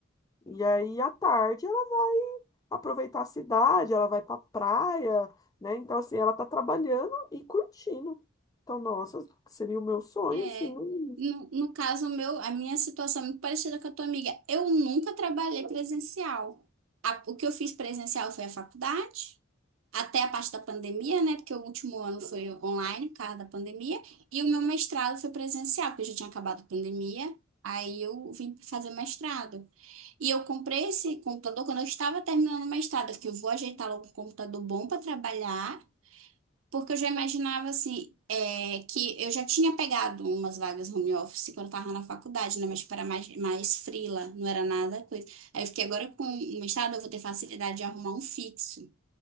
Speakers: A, on the left (about 20°); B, on the right (about 80°).
A: e aí à tarde ela vai aproveitar a cidade, ela vai pra praia, né? Então, assim, ela tá trabalhando e curtindo. Então, nossa, seria o meu sonho,
B: É.
A: assim, um-
B: No, no caso meu, a minha situação é muito parecida com a tua amiga. Eu nunca trabalhei presencial. A- o que eu fiz presencial foi a faculdade. até a parte da pandemia, né? Porque o último ano foi online, por causa da pandemia, e o meu mestrado foi presencial, porque já tinha acabado a pandemia. Aí eu vim fazer mestrado. E eu comprei esse computador quando eu estava terminando o mestrado. Eu fiquei, eu vou ajeitar logo um computador bom para trabalhar, porque eu já imaginava assim, é, que eu já tinha pegado umas vagas home office quando eu estava na faculdade, né? Mas para mais, mais freela, não era nada coisa. Aí eu fiquei agora com o mestrado, eu vou ter facilidade de arrumar um fixo.